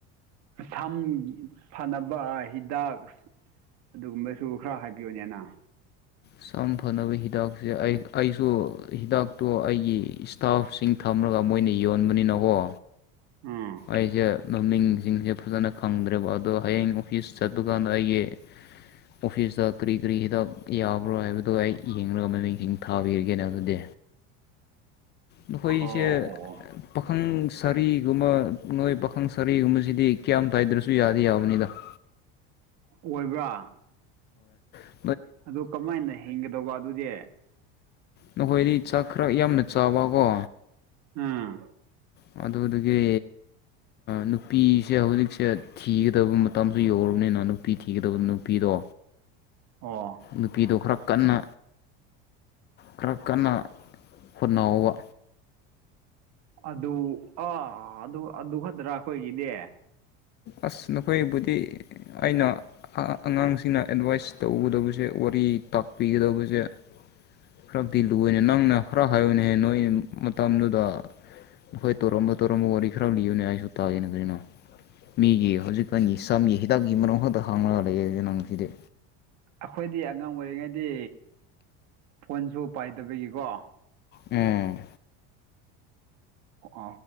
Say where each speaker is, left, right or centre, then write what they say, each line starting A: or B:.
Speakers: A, on the right; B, on the left.
A: ꯊꯝ ꯐꯅꯕ ꯍꯤꯗꯥꯛ ꯑꯗꯨꯒꯨꯝꯕꯁꯨ ꯈꯔ ꯍꯥꯏꯕꯤꯌꯣꯅꯦꯅ
B: ꯁꯝ ꯐꯅꯕ ꯍꯤꯗꯥꯛꯁꯦ ꯑꯩ ꯑꯩꯁꯨ ꯍꯤꯗꯥꯛꯇꯣ ꯑꯩꯒꯤ ꯏꯁꯇꯥꯐꯁꯤꯡ ꯊꯝꯔꯒ ꯃꯣꯏꯅ ꯌꯣꯟꯕꯅꯤꯅꯀꯣ
A: ꯑ
B: ꯑꯩꯁꯦ ꯃꯃꯤꯡꯁꯤꯡꯁꯦ ꯐꯖꯅ ꯈꯪꯗ꯭ꯔꯦꯕ ꯑꯗꯣ ꯍꯌꯦꯡ ꯑꯣꯐꯤꯁ ꯆꯠꯇꯨꯀꯥꯟꯗ ꯑꯩꯒꯤ ꯑꯣꯐꯤꯁꯗ ꯀꯔꯤ ꯀꯔꯤ ꯍꯗ ꯌꯥ ꯭ꯔꯣ ꯍꯥꯏꯕꯗꯣ ꯑꯩ ꯌꯦꯡꯂꯒ ꯃꯃꯤꯡꯁꯤꯡ ꯊꯥꯕꯤꯔꯒꯦꯅ ꯑꯗꯨꯗꯤ ꯑꯩꯈꯣꯏꯁꯦ
A: ꯑꯣ ꯑꯣ ꯑꯣ
B: ꯄꯥꯈꯪ ꯁꯔꯤꯒꯨꯝꯕ ꯅꯣꯏ ꯄꯥꯈꯪ ꯁꯔꯤꯒꯨꯝꯕꯁꯤꯗꯤ ꯀꯌꯥꯝ ꯇꯥꯏꯗ꯭ꯔꯁꯨ ꯌꯥꯗꯤ ꯌꯥꯕꯅꯤꯗ <unintelligible>
A: ꯑꯣꯏꯕ꯭ꯔꯥ
B: ꯍ
A: ꯑꯗꯨ ꯀꯃꯥꯏꯅ ꯍꯤꯡꯒꯗꯧꯕ ꯑꯗꯨꯗꯤ
B: ꯅꯈꯣꯏꯗꯤ ꯆꯥꯛ ꯈꯔ ꯌꯥꯝꯅ ꯆꯥꯕ ꯀꯣ
A: ꯑꯝ
B: ꯃꯗꯨꯗꯨꯒꯤ ꯅꯨꯄꯤꯁꯦ ꯍꯧꯖꯤꯛꯁꯦ ꯊꯤꯒꯗꯕ ꯃꯇꯝꯁꯨ ꯌꯧꯔꯕꯅꯤꯅ ꯅꯨꯄꯤ ꯊꯤꯒꯗꯕ ꯅꯨꯄꯤꯗꯣ
A: ꯑꯣ
B: ꯅꯨꯄꯤꯗꯣ ꯈꯔ ꯀꯟꯅ ꯈꯔ ꯀꯟꯅ ꯍꯣꯠꯅꯍꯧꯕ
A: ꯑꯗꯨ ꯑꯥ ꯑꯗꯨ ꯑꯗꯨ ꯈꯛꯇ꯭ꯔꯥ ꯑꯩꯈꯣꯏꯒꯤꯗꯤ
B: ꯑꯁ ꯅꯈꯣꯏꯕꯨꯗꯤ ꯑꯩꯅ ꯑꯉꯥꯡꯁꯤꯡꯅ ꯑꯦꯗꯚꯥꯏꯁ ꯇꯧꯒꯗꯕꯁꯦ ꯑꯣꯠ ꯑꯩ ꯇꯥꯛꯄꯤꯒꯗꯧꯕꯁꯦ ꯈꯔꯗꯤ ꯂꯨꯅꯦ ꯅꯪꯅ ꯈꯔ ꯍꯥꯏꯌꯑꯣꯅꯦ ꯍꯦ ꯅꯣꯏ ꯃꯇꯝꯗꯨꯗ ꯍꯣꯏ ꯇꯧꯔꯝꯕ ꯇꯧꯔꯝꯕ ꯋꯥꯔꯤ ꯈꯔ ꯂꯤꯌꯨꯅꯦ ꯑꯩꯁꯨ ꯇꯥꯒꯦꯅ ꯀꯩꯅꯣ ꯃꯤꯒꯤ ꯍꯧꯖꯤꯛꯀꯥꯟꯒꯤ ꯆꯝꯒꯤ ꯍꯤꯗꯥꯛꯀꯤ ꯃꯔ ꯈꯛꯇ ꯍꯥꯡꯉꯒ ꯂꯩꯦꯁꯦ ꯅꯪ ꯁꯤꯗꯤ
A: ꯑꯩꯈꯣꯏꯗꯤ ꯑꯉꯥꯡ ꯑꯣꯏꯔꯤꯉꯩꯗꯤ ꯐꯣꯟꯁꯨ ꯄꯥꯏꯗꯕꯒꯤꯀꯣ
B: ꯎꯝ
A: ꯑ